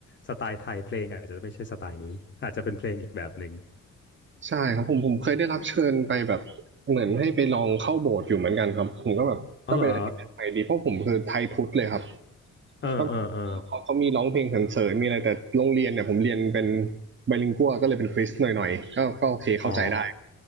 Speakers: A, on the left (about 35°); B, on the right (about 35°).
A: สไตล์ไทยเพลงอาจจะไม่ใช่สไตล์นี้อาจจะเป็นเพลงอีกแบบหนึ่ง
B: ใช่ครับผมผมเคยได้รับเชิญไปแบบเหมือนให้ไปลองเข้าโบสถ์อยู่เหมือนกันครับผมก็แบบก็เป็นอะไรที่แปลกใหม่ดีเพราะผมคือไทยพุทธเลยครับ
A: อ๋อเหรอเออเออเออ
B: ก็เออเขาเขามีร้องเพลงสรรเสริญมีอะไรแต่โรงเรียนเนี่ยผมเรียนเป็นไบลิงกัวก็เลยเป็นคริสหน่อยๆก็ก็โอเคเข้าใจได้
A: อ๋อ